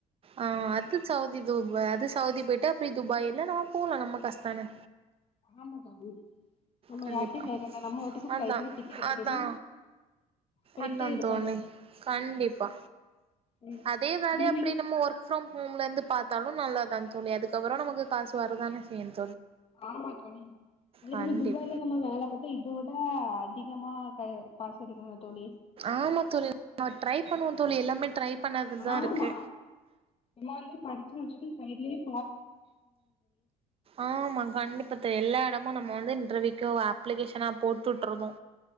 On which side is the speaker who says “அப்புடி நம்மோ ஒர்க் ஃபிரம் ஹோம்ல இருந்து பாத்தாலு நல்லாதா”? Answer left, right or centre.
Right